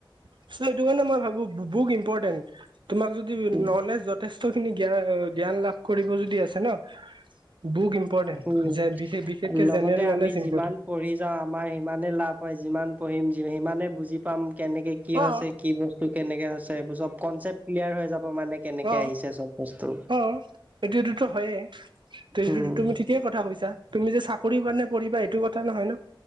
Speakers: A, on the right (about 65°); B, on the right (about 20°).
A: চ' সেইটো কাৰণে মই ভাবো বু বুক ইম্পৰ্টেণ্ট তোমাক যদি
B: উম,
A: নলেজ যথেষ্ট খিনি জ্ঞান লাভ কৰিব যদি আছে ন। বুক ইম্পৰ্টেণ্ট
B: উম
A: বিশেষ বিশেষকে
B: লগতে
A: জেনেৰেল নলেজ
B: আমি
A: ইম্পৰ্টেণ্ট
B: যিমান পঢ়ি যাওঁ আমাৰ সিমানে লাভ হয় যিমান পঢ়িম সিমানে বুজি পাম কেনেকে কি
A: অ
B: হৈছে কি বস্তু কেনেকে হৈছে চব কনচেপ্ট ক্লিয়াৰ হৈ যাব মানে কেনেকে
A: অ
B: আহিছে চব বস্তু।
A: অ এইটো এইটোতো হয়েই এইটো
B: উম।
A: তুমি ঠিকেই কথা কৈছা তুমি যে চাকৰিৰ কাৰণে পঢ়িবা সেইটো কথা নহয় ন